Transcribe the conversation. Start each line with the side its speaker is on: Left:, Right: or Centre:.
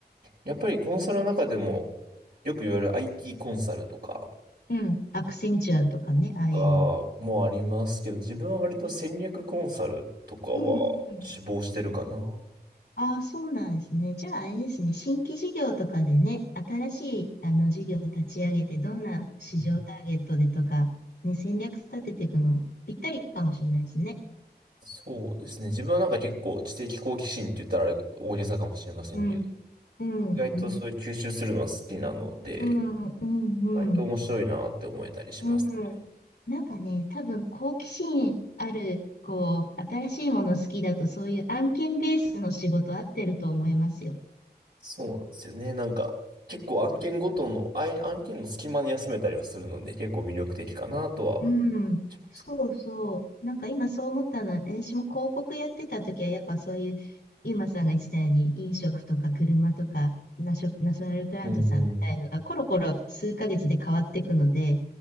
Right: やっぱりコンサルの中でも、よく言われる IT コンサルとか、
Left: うん。アクセンチュアとかね、ああいう。
Right: かもありますけど、自分は割と戦略コンサルとかは志望してるかな。
Left: うんうん。ああ、そうなんですね。じゃあ、あれですね。新規事業とかでね、新しいあの事業を立ち上げて、どんな市場ターゲットでとか、
Right: うん
Left: ね、戦略立てていくの、ぴったりかもしれないですね。
Right: そうですね。自分はなんか結構知的好奇心って言ったらあれ大げさかもしれませんけど、
Left: うん、うん、
Right: 意外とそういう吸収するのは好きなので、
Left: うん、うん、うん、
Right: 意外と面白いなって思えたりしますね。
Left: うん。うんなんかね、多分好奇心ある、こう、新しいもの好きだと、そういう案件ベースの仕事合ってると思いますよ。
Right: そうなんですよね。なんか結構案件ごとの、あい案件の隙間で休めたりはするので、結構魅力的かなとは
Left: うん、
Right: します。
Left: そうそう。なんか今そう思ったのは、私も広告やってた時は、やっぱそういう、ゆうまさんが言ってたように、飲食とか車とか、ナショ、ナショナルグラントさんみたいのが、
Right: うんうん。
Left: コロコロ数ヶ月で変わっていくので、